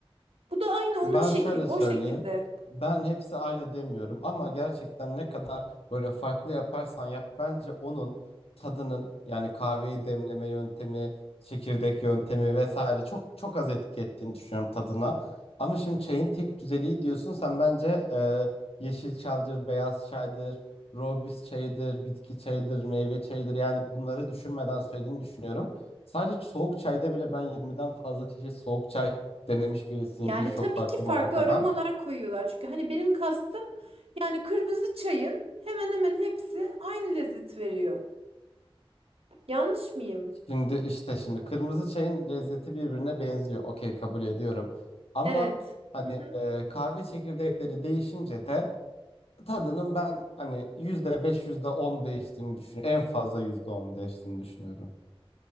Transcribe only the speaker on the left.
Ben
şöyle
söyleyeyim.
Ben hepsi aynı demiyorum ama gerçekten ne kadar böyle farklı yaparsan yap bence onun tadının yani kahveyi demleme yöntemi, çekirdek yöntemi vesaire çok çok az etki ettiğini düşünüyorum tadına. Ama şimdi çayın tek düzeliği diyorsun sen bence e, yeşil çaydır, beyaz çaydır, rooibos çayıdır, bitki çayıdır, meyve çayıdır yani bunları düşünmeden söylediğini düşünüyorum. Sadece soğuk çayda bile ben 20'den fazla çeşit soğuk çay denemiş birisiyim
birçok
farklı
markada.
Şimdi işte şimdi kırmızı çayın lezzeti birbirine benziyor. Okey kabul ediyorum. Ama
hani
e, kahve çekirdekleri değişince de tadının ben hani yüzde beş yüzde on değiştiğini düşünüyorum. En fazla yüzde on değiştiğini düşünüyorum.